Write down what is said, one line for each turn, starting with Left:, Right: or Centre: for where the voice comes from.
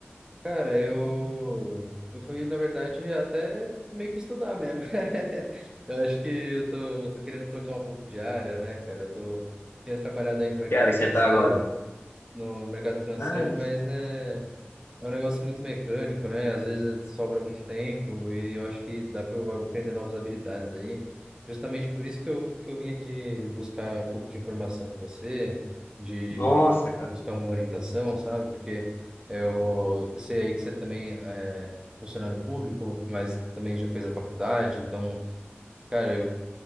Right: Cara, eu, eu fui, na verdade, até meio que estudar mesmo. <laughs> Eu acho que eu tô, eu tô querendo trocar um pouco de área, né, cara? Eu tô, tenho trabalhado aí no mercado
Left: Que área
Right: financeiro,
Left: que você tá agora?
Right: no mercado financeiro,
Left: Ah,
Right: mas, né? É um negócio muito mecânico, né? Às vezes sobra muito tempo e eu acho que dá para eu aprender novas habilidades aí. Justamente por isso que eu, que eu vim aqui buscar um pouco de informação com você, de,
Left: nossa,
Right: de,
Left: cara.
Right: de buscar uma orientação, sabe? Porque eu sei aí que você também é funcionário público, mas também já fez a faculdade. Então, cara, eu,